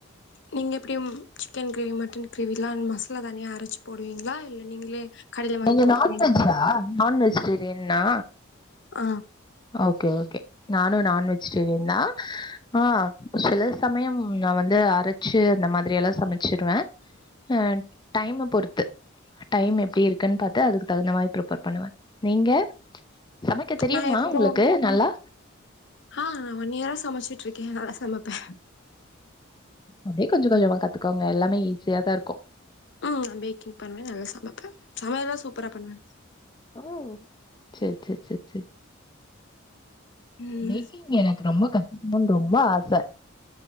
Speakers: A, on the left; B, on the left.
A: நீங்க எப்டி சிக்கன் கிரேவி மட்டன் கிரேவிலா மசாலா தனியா அரச்சு போடுவீங்ளா இல்ல நீங்களே கடைல வாங்கி
B: நீங்க
A: போட்டுக்குவீங்களா
B: நான்வெஜ்ஜா நான் வெஜ்டேரின்னா
A: ஆ
B: ஓகே ஓகே நானு நான் வெஜ்டேரியன் தா ஆ சில சமயம் நா வந்து அரச்சு அந்த மாரில்லா சமச்சிருவே அ டைமா பொறுத்து டைம் எப்டி இருக்குன்னு பாத்து அதுக்கு தகுந்த மாரி பிரிப்பேர் பண்ணுவே நீங்க சமைக்க தெரியுமா
A: நா எப்போ
B: உங்களுக்கு நல்லா
A: ஆ நா ஒன் இய்ரா சமச்சுட்டு இர்க்கே நல்லா சமப்பே
B: அப்டியே கொஞ்ச கொஞ்சமா கத்துக்கோங்க எல்லாமே ஈஸியா தா இருக்கு
A: ம் நா பேக்கிங் பண்ணுவே நல்லா சமப்ப சமயல்லா சூப்பரா பண்ணுவே
B: ஓ செர் செர் செர்
A: ம்
B: பேக்கிங் எனக்கு ரொம்ப கத்துக்னுன்னு ரொம்ப ஆச